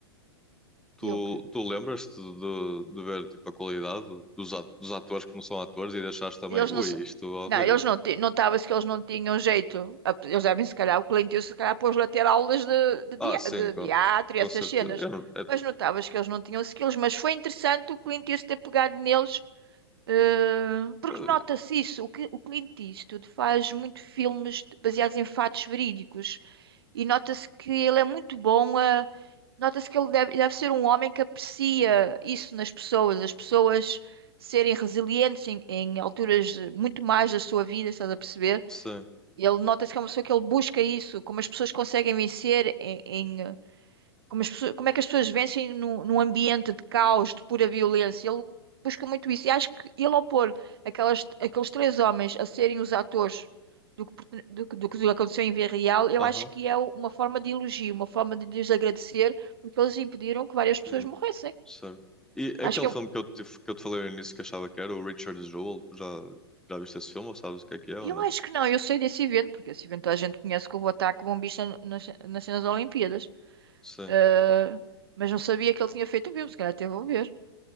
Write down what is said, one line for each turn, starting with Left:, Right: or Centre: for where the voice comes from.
Centre: tu,
Right: e eu o quê?
Centre: tu lembras-te de, de ver tipo, a qualidade dos, a- dos atores que não são atores e deixaste também,
Right: Eles
Centre: ui,
Right: não, se-
Centre: isto é horrível.
Right: não, eles não, ti- notava-se que eles não tinham jeito. A- Eles devem, se calhar, o cliente, se calhar, pôs-lhe a ter aulas de, de, dia-
Centre: Ah, sim,
Right: de,
Centre: com,
Right: de teatro
Centre: com
Right: e essas
Centre: certeza.
Right: cenas.
Centre: Eu, não- é,
Right: Mas notava-se que eles não tinham skills. Mas foi interessante o cliente Eastwood ter pegado neles, eh, porque
Centre: eh,
Right: nota-se isso. O, que, o Clint Eastwood faz muito filmes baseados em fatos verídicos. E nota-se que ele é muito bom a. Nota-se que ele deve, deve ser um homem que aprecia isso nas pessoas, as pessoas serem resilientes em, em alturas muito mais da sua vida, estás a perceber?
Centre: sim,
Right: Ele nota-se que é uma pessoa que ele busca isso, como as pessoas conseguem vencer em, em, como, as pessoas- como é que as pessoas vencem num, num ambiente de caos, de pura violência? Ele busca muito isso. E acho que ele, ao pôr aquelas, aqueles três homens a serem os atores do que, pertene- do, que do que aconteceu em vida real, eu
Centre: aham.
Right: acho que é uma forma de elogio, uma forma de lhes agradecer, porque eles impediram que várias pessoas
Centre: hum.
Right: morressem.
Centre: certo. E aquele
Right: Acho que é
Centre: filme
Right: um-
Centre: que eu te, que eu te falei no início que achava que era o Richard Jewell, tu já, já viste esse filme ou sabes o que é que é ou
Right: eu
Centre: não?
Right: acho que não, eu sei desse evento, porque esse evento a gente conhece como o ataque bombista nas, nas cenas das Olimpíadas.
Centre: Sim.
Right: Ah, mas não sabia que ele tinha feito um filme, se calhar teve a ver.